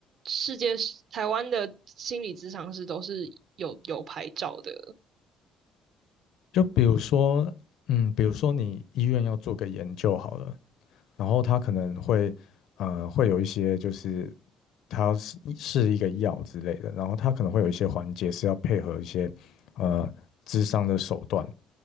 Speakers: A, on the right; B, on the left.
A: 世界台湾的心理咨商师都是有有牌照的。
B: 就比如说，嗯，比如说你医院要做个研究好了，然后他可能会。呃，会有一些就是它是是一个药之类的，然后它可能会有一些环节是要配合一些呃智商的手段。